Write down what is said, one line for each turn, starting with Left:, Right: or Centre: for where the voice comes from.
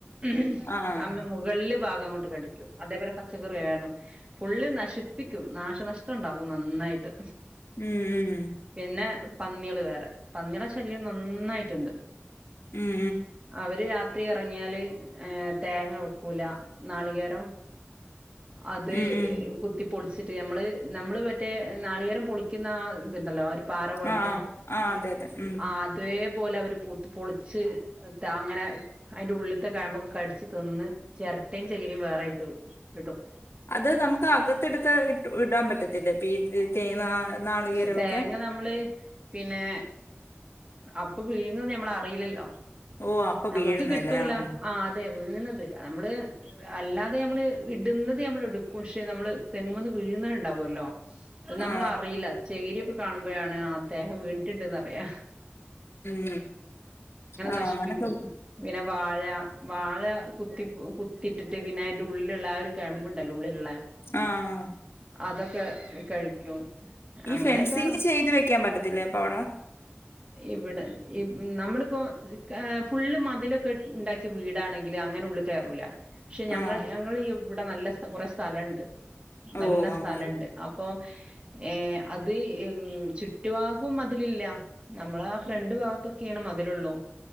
Right: മ്ഹ്
Left: ആഹ്
Right: അമ്മ മുകൾല് ഭാഗംങ്ങൊട്ട് കടിക്കും അതേപോലെ പ- പച്ചകറിയാലും ഫുള്ള് നശിപ്പിക്കും നാശനഷ്ടം ഉണ്ടാവും നന്നായിട്ട്
Left: ഉം ഉം
Right: പിന്നെ പന്നികള് വേറെ പന്നിടെ ശല്യം നന്നായിട്ടുണ്ട്
Left: ഉം
Right: അവര് രാ- ത്തി ഇറങ്ങിയാല് ഏ തേങ്ങ വെക്കൂല നാളികേരം അത്
Left: ഉം ഉം
Right: കുത്തിപ്പൊളിച്ചിട്ട്
Left: ഉം
Right: ഞമ്മ്ള്- നമ്മള് മറ്റേ നാളികേരം പൊളിക്കുന്ന ആ ഇതുണ്ടല്ലോ പാറ പോൽത്തെ
Left: ആ ആ ആ അതെ അതെ ഉം
Right: ആ അതേ- പോലെ അവര് പൊളി ച്ച് താങ്ങനെ അതിൻ്റെ ഉള്ളിത്തെ കയമ്പൊക്കെ കടിച്ച് തിന്ന് ചെരട്ടയും ചകിരയും വേറെ ഇട്ട് വെക്കും ഇടും
Left: അത് നമുക്ക് അകത്തെടുത്ത് ഇട് ഇടാൻ പറ്റത്തില്ലേ <unintelligible>
Right: ക്ഷെ തേങ്ങ
Left: ഒക്കെ
Right: നമ്മള് പിന്നെ അപ്പ് വീഴുന്ന് ഞമ്മള് അറിയില്ലല്ലോ
Left: ഓ അപ്പൊ
Right: നമ്മൾക്ക്
Left: വീഴുന്നല്ലേ
Right: കിട്ടൂല
Left: ആ
Right: ആഹ് അതെ വീണത് നമ്മള് അല്ലാതെ നമ്മള് ഇടുന്നത് നമ്മള് എടുക്കും പക്ഷെ നമ്മള് തെങ്ങുംവന്ന് വീഴുന്നണ്ടാവല്ലോ അത് നമ്മളറിയില്ല
Left: ആ
Right: ചെകിരി- കാണുമ്പോഴാണ് ആ തേങ്ങ വീണിട്ട്ണ്ടെന്നറിയ
Left: ഉം ഉ ആഹ്
Right: നശിപ്പിക്കും
Left: അങ്ങനെ
Right: പിന്നെ വാഴ വാഴ കുത്തി കുത്തിട്ടിട്ട് പിന്നെ അതിൻ്റ ഉള്ളിലുള്ള ആ- കഴമ്പുണ്ടല്ലോ ഉള്ളിലുള്ള
Left: ആ ആ.
Right: അതൊ ആ കഴിക്കും
Left: ഈ
Right: അങ്ങനൊക്കെ
Left: ഫെൻസിങ് ചെയ്ത് വെക്കാൻ പറ്റത്തില്ലേ അപ്പ അവടെ
Right: ഇവിടെ ഇവ നമ്മളിപ്പോ കാ ഫുള്ള് മതിലൊക്കെ ഇണ്ടാക്കിയ വീടാണെങ്കിലിൽ അങ്ങനെ ഉള്ളിൽ കയറൂല പക്ഷെ ഞങ്ങ
Left: ആ
Right: ഞങ്ങ ഇവിടെ നല്ല കുറെ സ്ഥലുണ്ട്
Left: ഓ
Right: നല്ല
Left: അങ്ങനെ
Right: സ്ഥലണ്ട് അപ്പൊ ഏ അത് ചുറ്റുവാകും മതിലില്ല നമ്മള രണ്ടു ഭാഗത്തൊക്കെയ്യാണ് മതിലുള്ളൂ